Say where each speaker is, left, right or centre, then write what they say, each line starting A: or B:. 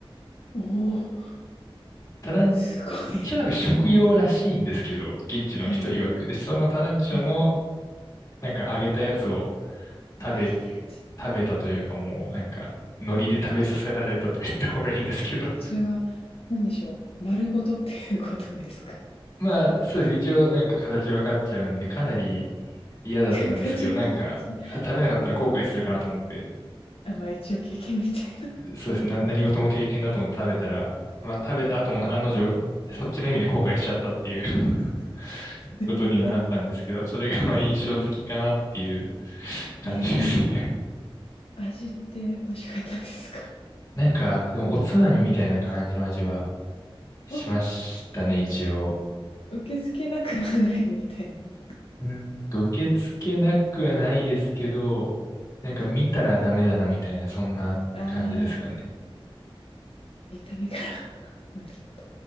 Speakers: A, on the left; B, on the left.
A: おお、
B: タラン、
A: すごい。
B: 一応なんか食用らしいんですけど、
A: <laughs>
B: 現地の人曰く。
A: はい、
B: で、そのタランチュラの、
A: はい。
B: なんか揚げたやつを食べ、
A: 揚げたやつ。
B: 食べたというかもう、なんか、海苔で食べさせられたと言った方がいいんですけど、
A: それは、何でしょう。丸ごとっていうことですか
B: まあ、そうですね。一応なんか形分かっちゃうんで、かなり嫌だったんですけど、
A: <laughs> 形は感じない
B: なんか、た食べなかったら後悔するかなと思って、
A: あ、まあ一応経験みたいな。
B: そうですね。な何事も経験だと思って食べたら、まあ、食べた後も案の定、そっちの意味で後悔しちゃったっていう <laughs>
A: <laughs>
B: ことにはなったんですけど、それが <laughs> まあ印象的かなっていう
A: ええ
B: 感じですね。
A: ええ味って美味しかったですか
B: なんか、でもおつまみみたいな感じの味はしましたね、
A: <laughs> あ、
B: 一応。
A: 受け付けなくはないみたいな。
B: うん、なんか受け付けなくはないですけど、なんか見たらダメだなみたいな、そんな感じですかね。
A: ああ、見た目から。<laughs> なるほど。